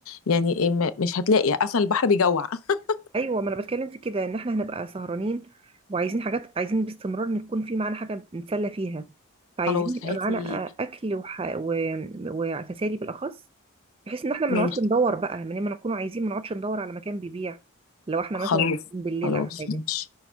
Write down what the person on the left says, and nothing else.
يعني إيه، م- مش هتلاقي اصلا البحر بيجوع <laughs>
خلاص
هاتي
ماشي
خلاص
خلاص
ماشي